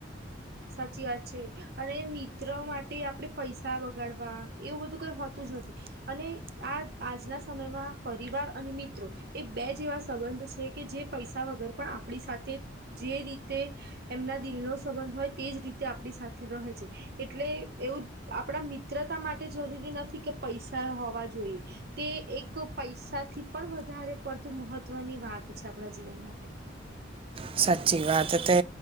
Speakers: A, on the right; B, on the right.
A: સાચી વાત છે. અને મિત્ર માટે આપણેે પૈસા વગાડવા એવું બધું કઈ હોતું જ નથી અને આ આજના સમયમાં પરિવાર અને મિત્રો એ બે જેવા સંબંધ છે કે જે પૈસા વગર પણ આપણી સાથે જે રીતે એમના દિલનો સંબંધ હોય તેજ રીતે આપણી સાથે રહે છે. એટલે એવું આપડા મિત્રતા માટે જરૂરી નથી કે પૈસા હોવા જોઈએ તે એક પૈસાથી પણ વધારે પડતું મહત્વની વાત છે આપણા જીવન માટે
B: સાચી વાત તે